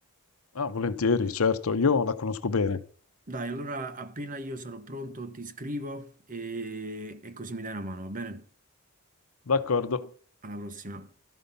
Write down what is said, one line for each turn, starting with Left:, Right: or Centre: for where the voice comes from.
Left: Ah, volentieri, certo, io la conosco bene.
Right: Dai, allora appena io sarò pronto ti scrivo e, e così mi dai una mano, va bene?
Left: D'accordo.
Right: Alla prossima.